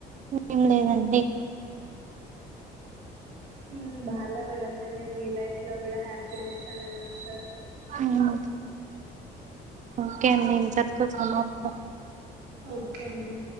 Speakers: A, on the right; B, on the right.
A: ఏం లేదండి
B: ఉ బాధ పడకండి. మీ లైఫ్ల కూడ హ్యాపీనెస్ అనేది వస్తద్
A: ఉ ఒకే అండి ఇంతటీతో సమాప్తం.
B: ఓకే అండి